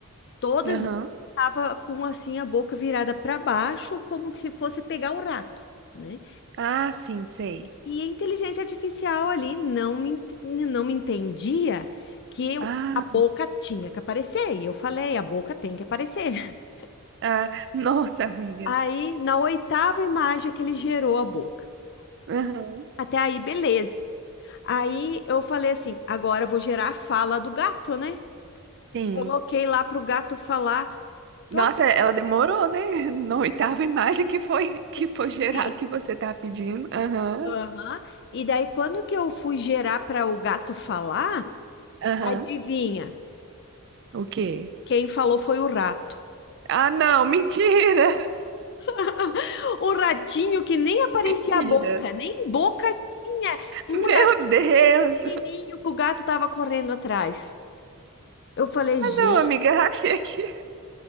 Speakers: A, on the left; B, on the right.
A: Todas
B: aham,
A: estavam com assim a boca virada para baixo, como se fosse pegar o rato, né?
B: ah, sim, sei.
A: E a inteligência artificial ali não me, ent- não me entendia que eu-
B: Ah,
A: a boca tinha que aparecer. E eu falei, a boca tem que aparecer. <laughs>
B: ah, nossa, amiga,
A: Aí, na oitava imagem que ele gerou a boca.
B: aham,
A: Até aí, beleza. Aí eu falei assim, agora eu vou gerar a fala do gato, né?
B: sim.
A: Coloquei lá pro gato falar. Tu
B: Nossa,
A: ac-
B: ela demorou, né, <laughs> na oitava imagem que foi, que
A: se-
B: foi geral que você tá pedindo. Aham,
A: Aham. E daí, quando que eu fui gerar para o gato falar,
B: aham,
A: adivinha?
B: o quê?
A: Quem falou foi o rato.
B: Ah, não, mentira!
A: <laughs> O ratinho que nem aparecia
B: <laughs> Mentira.
A: a boca, nem boca tinha. Um
B: Meu
A: ratinho
B: Deus!
A: pequenininho que o gato tava correndo atrás. Eu falei, gente,
B: Ah, não, amiga, rachei aqui.